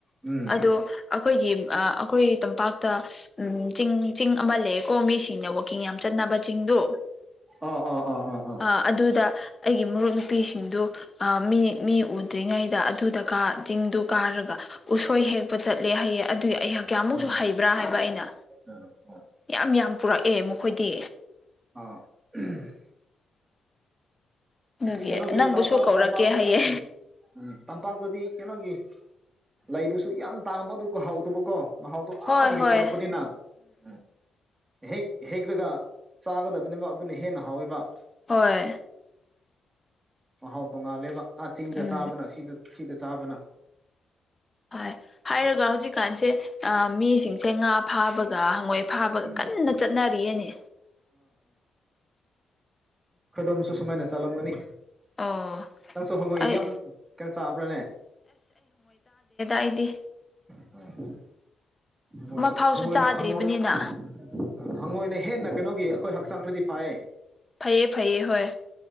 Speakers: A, on the right (about 25°); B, on the left (about 20°).
A: ꯎꯝ
B: ꯑꯗꯣ ꯑꯩꯈꯣꯏꯒꯤ ꯑꯩꯈꯣꯏ ꯇꯝꯄꯥꯛꯇ ꯎꯝ ꯆꯤꯡ ꯆꯤꯡ ꯑꯃ ꯂꯩ ꯀꯣ ꯃꯦ ꯁꯤꯅ ꯋꯥꯛꯀꯤꯡ ꯌꯥꯝ ꯆꯠꯅꯕ ꯆꯤꯡꯗꯨ
A: ꯑꯥ ꯑꯥ ꯑꯥ ꯑꯥ ꯑꯥ
B: ꯑꯗꯨꯗ ꯑꯩꯒꯤ ꯃꯔꯨꯞ ꯅꯨꯄꯤꯁꯤꯡꯗꯨ ꯃꯤ ꯃꯤ ꯗ꯭ꯔꯤꯉꯩꯗ ꯑꯗꯨꯗ ꯆꯤꯡꯗꯨ ꯀꯥꯔꯒ ꯎꯁꯣꯏ ꯍꯦꯛꯄ ꯆꯠꯂꯦ ꯍꯥꯏꯌꯦꯦ ꯑꯗꯨꯏ ꯑꯩꯍꯥꯛ ꯑꯃꯨꯛꯁꯨ
A: ꯎꯝ ꯑꯥ
B: ꯍꯩꯕ꯭ꯔꯥ ꯍꯥꯏꯕ ꯑꯩꯅ
A: ꯑꯥ
B: ꯌꯥꯝ ꯌꯥꯝ ꯄꯨꯔꯛꯑꯦ ꯃꯈꯣꯏꯗꯤ
A: <unintelligible>
B: ꯑꯗꯨꯒꯤ
A: ꯁꯤ ꯀꯩꯅꯣꯒꯤ
B: ꯅꯪꯕꯨꯁꯨ
A: ꯇꯝꯄꯥꯛ
B: ꯀꯧꯔꯛꯀꯦ
A: ꯇꯝꯄꯥꯛꯇꯗꯤ
B: ꯍꯥꯏꯌꯦ
A: ꯎꯝ ꯎꯝ ꯇꯝꯄꯥꯛꯇꯗꯤ ꯀꯩꯅꯣꯒꯤ ꯂꯩꯕꯁꯨ ꯌꯥꯝ ꯇꯥꯡꯕ ꯑꯗꯨꯒ ꯍꯥꯎꯗꯕꯀꯣ ꯃꯍꯥꯎꯗꯣ ꯑꯥꯗꯒꯤ
B: ꯍꯣꯏ ꯍꯣꯏ
A: ꯄꯨꯔꯛꯄꯅꯤꯅ ꯎꯝ ꯍꯦꯛ ꯍꯦꯛꯂꯒ ꯆꯥꯒꯗꯕꯅꯦꯕ ꯑꯗꯨꯅ ꯍꯦꯟꯅ ꯍꯥꯎꯋꯕ
B: ꯍꯣꯏ
A: ꯃꯍꯥꯎ ꯇꯣꯡꯉꯥꯜꯂꯦꯕ ꯑꯥ ꯆꯤꯡꯗ
B: ꯎꯝ
A: ꯆꯥꯕꯅ ꯁꯤꯗ ꯁꯤꯀ ꯆꯕꯅ
B: ꯍ ꯍꯥꯏꯔꯒ ꯍꯧꯖꯤꯛꯀꯥꯟꯁꯦ ꯃꯤꯁꯤꯡꯁꯦ ꯉꯥ ꯐꯥꯕꯒ ꯍꯪꯉꯣꯏ ꯐꯥꯕꯒ
A: ꯎꯝ
B: ꯀꯟꯅ ꯆꯠꯅꯔꯤꯑꯅꯦ
A: ꯈꯗꯝꯁꯨ ꯁꯨꯃꯥꯏꯅ ꯆꯂꯝꯒꯅꯤ
B: ꯑꯣ
A: ꯅꯪꯁꯨ ꯍꯪꯉꯨꯏ
B: ꯑꯩ
A: ꯌꯥꯝ ꯀꯩꯅꯣ ꯆꯥꯕ꯭ꯔꯥꯅꯦ
B: ꯍꯥꯏꯗꯤ
A: ꯑ ꯍꯣꯏꯁꯨ
B: ꯐꯥꯎꯁꯨ
A: ꯍꯪꯣꯏꯅ
B: ꯆꯥꯗ꯭ꯔꯤꯕꯅꯤꯅ
A: ꯍꯪꯉꯣꯏꯅ ꯍꯦꯟꯅ ꯀꯩꯅꯣꯒꯤ ꯑꯩꯈꯣꯏ ꯍꯛ ꯆꯥꯡꯂꯤꯗꯤ ꯐꯥꯏꯑꯦ
B: ꯐꯩꯌꯦ ꯐꯩꯌꯦ ꯍꯣꯏ